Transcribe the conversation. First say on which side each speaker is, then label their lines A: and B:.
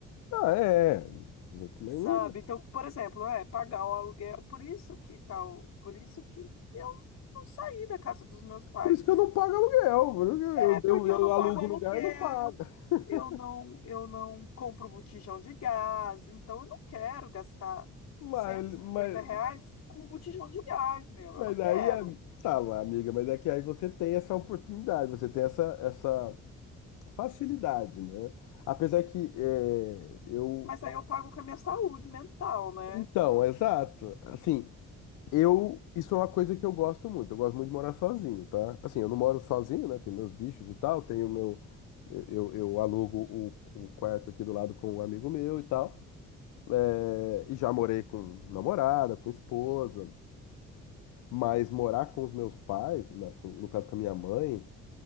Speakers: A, on the left (about 80°); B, on the left (about 60°).
A: Ah, é. Eu também
B: Sabe?
A: não.
B: Então, por exemplo, é pagar o aluguel, por isso que tal, por isso que eu não saí da casa dos meus pais.
A: Por isso que eu não pago aluguel. por isso
B: É porque
A: que Eu, eu,
B: eu
A: eu
B: não
A: alugo
B: pago aluguel,
A: o lugar, e não pago. <laughs>
B: eu não, eu não compro botijão de gás, então eu não quero gastar cento
A: Mas,
B: e cinquenta
A: mas,
B: reais com botijão de gás, meu,
A: mas
B: eu não quero.
A: aí, a- tá, mas, amiga, mas é que aí você tem essa oportunidade, você tem essa, essa facilidade, né? Apesar que é, eu.
B: Mas aí eu pago com a minha saúde mental, né?
A: Então, exato. Assim, eu. Isso é uma coisa que eu gosto muito. Eu gosto muito de morar sozinho, tá? Assim, eu não moro sozinho, né? Tem meus bichos e tal, tenho meu. Eu, eu eu alugo o, o quarto aqui do lado para um amigo meu e tal. É, e já morei com namorada, com esposa, mas morar com os meus pais, na- no caso com a minha mãe,